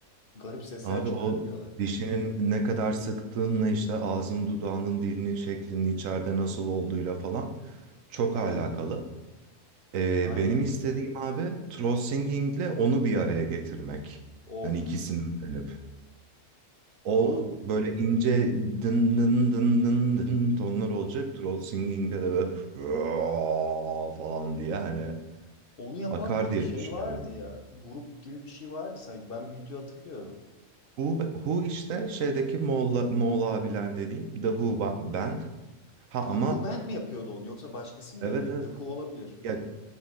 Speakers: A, on the left (about 50°); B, on the right (about 75°).
A: garip sesler
B: Abi
A: çıkarabiliyorlar.
B: o dişinin ne kadar sıktığınla işte ağzın dudağının dilinin şeklinin içeride nasıl olduğuyla falan çok
A: Aynen.
B: alakalı. Ee,
A: Aynen.
B: benim istediğim abi throat singing'le onu bir araya getirmek.
A: Of.
B: Hani ikisini öğrenip. O
A: Onu
B: böyle ince dın dın dın dın dın tonlar olacak. Throat singing'de de böyle <laughs> "Aa" falan diye hani
A: onu yapan
B: akar
A: bir
B: diye
A: şey
B: düşünüyorum.
A: vardı ya. Grup gibi bir şey vardı sanki. Ben bir video hatırlıyorum.
B: Who, Who işte şeydeki Moğol, Moğol abiler dediğim The Who ba- Band. Ha
A: The
B: ama
A: Who Band mi yapıyordu onu yoksa başkası mıydı?
B: evet evet.
A: The Who olabilir.
B: Ya,